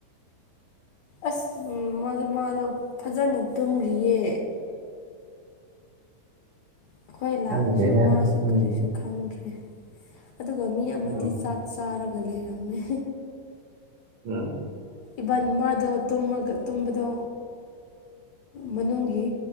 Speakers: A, on the left; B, on the right.
A: ꯑꯁ ꯎꯝ ꯃꯥꯗꯣ ꯐꯖꯅ ꯇꯨꯝꯒꯔ꯭ꯤꯌꯦ ꯑꯩꯈꯣꯏ ꯂꯥꯛꯄꯁꯨ
B: ꯈꯪꯗꯦꯗ
A: ꯃꯥꯁꯨ
B: ꯎꯝ
A: ꯀꯔꯤꯁꯨ ꯈꯪꯗ꯭ꯔꯦ ꯑꯗꯨꯒ ꯃꯤ ꯑꯃꯗꯤ
B: ꯎꯝ
A: ꯆꯥꯛ ꯆꯥꯔꯒ ꯂꯩꯔꯝꯃꯦ
B: ꯎꯝ
A: ꯏꯕꯟ ꯃꯥꯗꯣ ꯇꯨꯝꯃꯒ ꯇꯨꯝꯕꯗꯣ ꯃꯅꯨꯡꯒꯤ